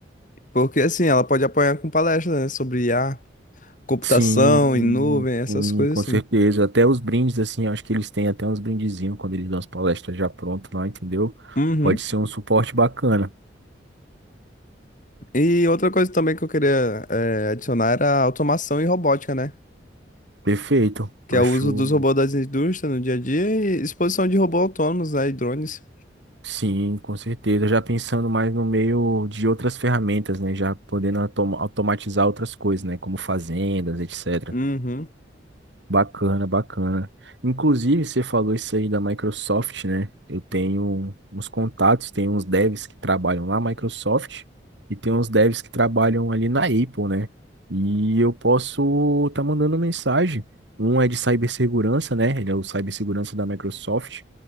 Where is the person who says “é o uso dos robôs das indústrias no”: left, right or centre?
Left